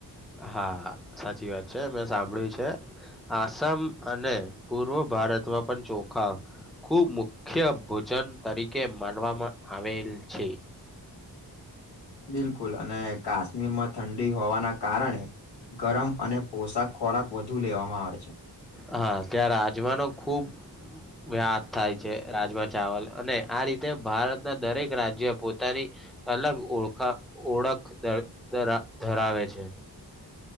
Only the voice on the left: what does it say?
બિલકુલ. અને કાશ્મીરમાં ઠંડી હોવાના કારણે ગરમ અને પોશાક ખોરાક વધુ લેવામાં આવે છે.